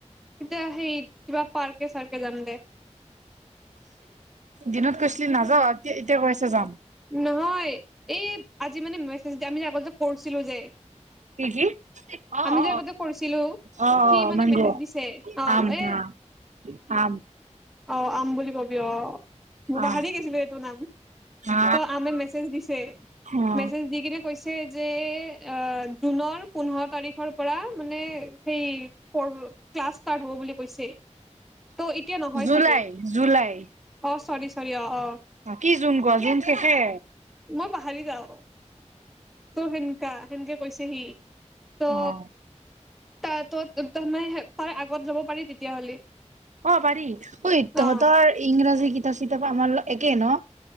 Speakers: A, in the centre; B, on the right.
A: তেতিয়া সেইত কিবা পাৰ্কে চাৰ্কে যাম দে
B: দিনত কৈছিলি নাযাওতিয়া এতিয়া কৈ আছে যাম
A: নহয় এই আজি মানে মেছেজ আমি যে আগ যে কৰিছিলো যে
B: কি কি অ
A: আমি
B: অ
A: যে আগতে কৰিছিলো
B: অ
A: সি
B: অ
A: মানে
B: মেংগ
A: মেছেজ দিছে অ'
B: আম
A: এ
B: আ আম
A: অ আম বুলি কয় অ মই
B: আম
A: পাহাৰি গৈছিলো এইটো নাম
B: হা
A: ত আমাক মেছেজ দিছে
B: অ
A: মেছেজ দি কিনে কৈছে যে অ জুনৰ পোন্ধৰ তাৰিখৰ পৰা মানে সেই প ক্লাছ ষ্টাৰ্ট হব বুলি কৈছে ত এতিয়া নহয়
B: জুলাই
A: চাগে
B: জুলাই
A: অ চ নিশ্চয় সাৰি আও অ
B: কি জোন ক জোন হে এহে
A: মই পাহৰি যাওঁ ত সেনকা সেনকে কৈছে সি ত
B: অ
A: ত ত ত মে তাৰে আগত যাব পাৰি তেতিয়াহ'লে
B: অ পাৰি ঐ তহঁতৰ
A: অ
B: ইংৰাজী কি তাপ চিতাপ আমাৰ লগত একেই ন